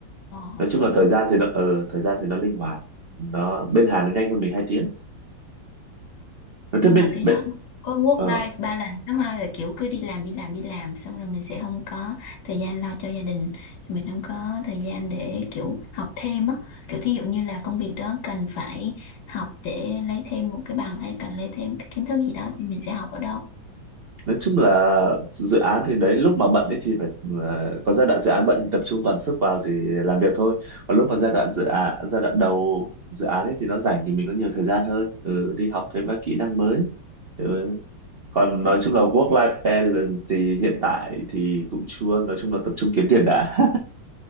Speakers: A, on the left (about 80°); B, on the right (about 80°).
A: ờ,
B: nói chung
A: tốt
B: là thời
A: luôn
B: gian thì nó ờ, thời gian thì nó linh hoạt nó bên Hàn nó nhanh hơn mình hai tiếng thế
A: nhưng
B: bên
A: mà thấy
B: bên
A: nó không có work
B: ờ
A: life balance lắm ha là kiểu cứ đi làm đi làm đi làm xong rồi mình sẽ không có thời gian lo cho gia đình mình không có thời gian để kiểu học thêm á kiểu thí dụ như là công việc đó cần phải học để lấy thêm một cái bằng hay cần lấy thêm cái kiến thức gì đó thì mình sẽ học ở đâu
B: nói chung là dự án thì đấy lúc mà bận ấy thì phải ờ, có giai đoạn dự án bận thì tập trung toàn sức vào thì làm việc thôi còn lúc mà giai đoạn dự án giai đoạn đầu dự án ấy thì nó rảnh thì mình có nhiều thời gian hơn ừ, đi học thêm các kỹ năng mới ừ. còn
A: Ờ.
B: nói chung là work life balance thì hiện tại thì cũng chưa nói chung là tập trung kiếm tiền đã